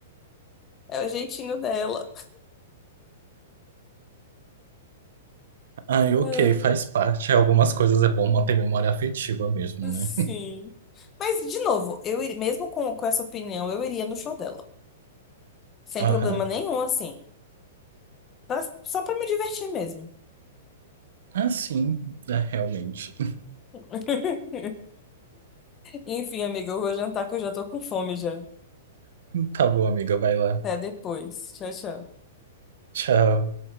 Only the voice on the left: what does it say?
É o jeitinho dela.
Ah,
Sim.
Mas, de novo, eu iria, mesmo com, com essa opinião, eu iria no show dela. Sem
problema nenhum, assim. Pra- só pra me divertir mesmo.
<laughs> Enfim, amiga, eu vou jantar que eu já tô com fome já.
Até depois. Tchau, tchau.